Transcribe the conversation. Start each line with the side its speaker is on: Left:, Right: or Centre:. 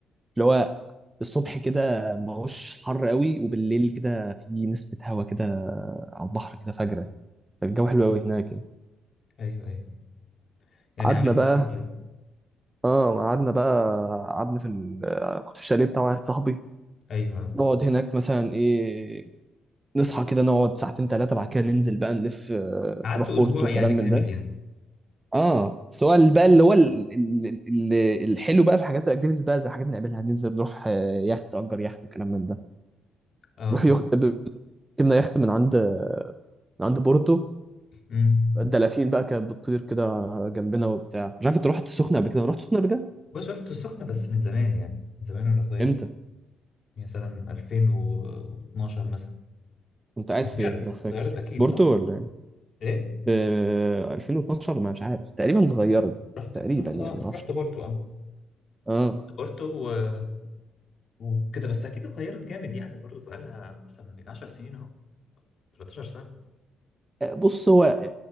Right: اللي هو الصبح كده ما هوش حر قوي وبالليل كده في نسبة هوا كده على البحر كده فجرة فالجو حلو قوي هناك يعني
Left: ايوه ايوه يعني
Right: قعدنا
Left: عملت
Right: بقى
Left: ايه طيب؟
Right: اه قعدنا بقى قعدنا في ال... كنت في الشاليه بتاع واحد صاحبي
Left: ايوه آه.
Right: نقعد هناك مثلا ايه نصحى كده نقعد ساعتين ثلاثة بعد كده ننزل بقى نلف آه،
Left: قعدت
Right: نروح
Left: اسبوع
Right: بورتو وكلام
Left: يعني كامل
Right: من ده
Left: يعني
Right: اه سواء بقى اللي هو ال- ال- ال- الحلو بقى في حاجات الاكتيفيتيز بقى زي حاجات نعملها ننزل نروح آه، يخت اجر يخت وكلام من ده
Left: اه
Right: نروح يخت ب- ركبنا يخت من عند من عند بورتو
Left: امم
Right: الدلافين بقى كانت بتطير كده جنبنا وبتاع مش عارف انت رحت السخنة قبل كده رحت السخنة قبل كده
Left: بص رحت السخنة بس من زمان يعني من زمان وانا صغير
Right: امتى
Left: يعني مثلا 2012 مثلا
Right: كنت قاعد
Left: اتغيرت
Right: فين لو فاكر
Left: اتغيرت اكيد
Right: بورتو
Left: صح
Right: ولا ايه؟
Left: ايه
Right: في 2012 ما مش عارف تقريبا اتغيرت
Left: رحت
Right: تقريبا
Left: رحت
Right: يعني
Left: اه
Right: ما اعرفش
Left: رحت بورتو اه
Right: اه
Left: بورتو و- وكده بس اكيد اتغيرت جامد يعني برضه بقى لها مثلا 10 سنين اهو 13 سنة
Right: بص هو